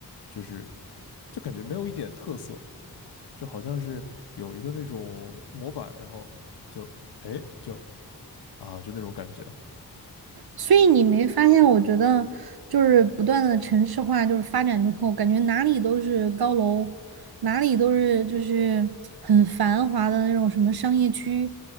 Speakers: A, on the left; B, on the right.
A: 就是就感觉没有一点特色。就好像是有一个那种模板，然后就哎就啊就那种感觉。
B: 所以你没发现？我觉得就是不断的城市化，就是发展之后，感觉哪里都是高楼，哪里都是就是很繁华的那种什么商业区，